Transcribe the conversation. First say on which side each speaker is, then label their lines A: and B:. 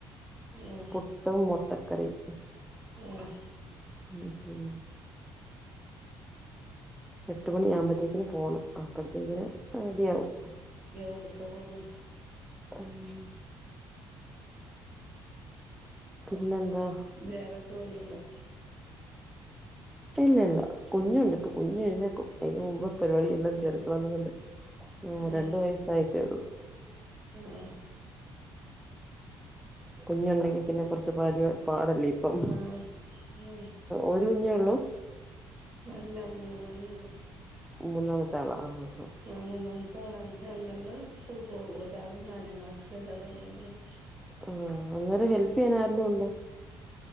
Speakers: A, on the right (about 30°); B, in the centre.
A: ഉം
B: പുട്ടും മുട്ടക്കറിം
A: ഉം
B: മ് മ് എട്ട് മണി ആവുമ്പത്തേക്കിന് പോണം അപ്പഴത്തേക്കിന് റെഡി ആകും
A: എവിട്ക്കാ പോണ്
B: മ്മ് പിന്നെന്താ
A: വേറെ ജോലിണ്ടോ
B: ഇല്ലല്ല കുഞ്ഞുണ്ട് ഇപ്പോ കുഞ്ഞ് എഴുന്നേക്കും അയ്ൻ്റെ മുമ്പ് പരിപാടിയെല്ലാം തീർക്കണംന്നൊ
A: ആഹ്
B: ക്കെ
A: ഉം
B: രണ്ടു വയസ്സായിട്ടേള്ളു
A: ആഹ്
B: കുഞ്ഞുണ്ടെങ്കി പിന്നെ കൊറച്ച് പരി പാടല്ലേ ഇപ്പം
A: ആഹ് ഉം
B: ഒരു കുഞ്ഞേ ഒള്ളൂ
A: അല്ല മൂന്നെണ്ണണ്ട്
B: മൂന്നാമത്തെ ആളാ ആഹാ
A: ആ മൂന്നാമത്തെ ആളാണ് രണ്ടണ്ണം സ്കൂൾ പോവും ഒരാള് നാലാം ക്ലാസ്ൽ ഒരാള് ഒന്നാം ക്ലാസ്സ്
B: ആഹ് അന്നേരം ഹെൽപ്പെയ്യാനാരേലും ഉണ്ടോ